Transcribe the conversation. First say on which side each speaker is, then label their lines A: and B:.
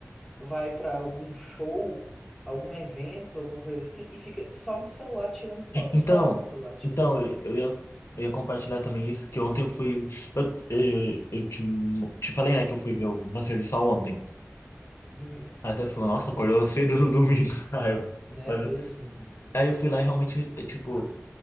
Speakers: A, in the centre; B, on the left.
A: vai para algum show, algum evento, alguma coisa assim, e fica só no celular tirando foto,
B: Então,
A: só no celular tirando
B: então
A: foto.
B: eu, eu ia, eu ia compartilhar também isso, que ontem eu fui. Eu, eu, eu te, te falei, né, que eu fui ver o Nascer do Sol ontem.
A: Uhum.
B: Até falou, nossa, acordou cedo no domingo. <laughs> Aí eu,
A: Né?
B: mas
A: Deus me livre.
B: aí eu fui lá e realmente, é, tipo,